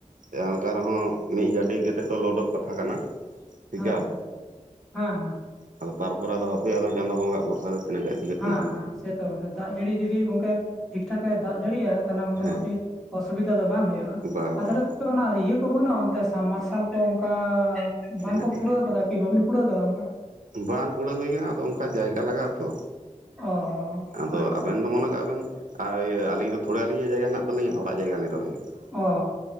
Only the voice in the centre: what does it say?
ᱦᱮᱸ ᱦᱮᱸ ᱦᱮᱸ ᱦᱮᱸ
ᱦᱮᱸ
ᱦᱮᱸ ᱥᱮᱛᱚ ᱵᱚᱴᱮ ᱫᱟᱜ ᱡᱟᱹᱲᱤ ᱡᱩᱫᱤ ᱜᱚᱢᱠᱮ ᱴᱷᱤᱠ ᱴᱷᱟᱠ ᱮ ᱫᱟᱜ ᱡᱟᱹᱲᱤᱭᱟ ᱛᱟᱦᱚᱞᱮ ᱢᱳᱴᱟᱼᱢᱳᱴᱤ
ᱚᱥᱩᱵᱤᱫᱷᱟ ᱫᱚ ᱵᱟᱝ ᱦᱩᱭᱩᱜᱼᱟ
ᱟᱨ
ᱛᱟᱦᱚᱞᱮ ᱜᱚᱢᱠᱮ ᱚᱱᱟ ᱤᱭᱟᱹ ᱠᱚ ᱵᱟᱹᱱᱩᱜᱼᱟ᱾ ᱚᱱᱛᱮ ᱥᱟᱵᱽᱢᱟᱨᱥᱟᱞ ᱠᱚ ᱚᱱᱠᱟ
ᱵᱟᱝᱠᱚ ᱠᱩᱲᱟᱹᱣ ᱠᱟᱫᱟ ᱠᱤ ᱵᱟᱹᱵᱤᱱ ᱠᱩᱲᱟᱹᱣ ᱟᱠᱟᱫᱟ ᱚᱱᱠᱟ
ᱚ
ᱦᱮᱸᱛᱚ
ᱚ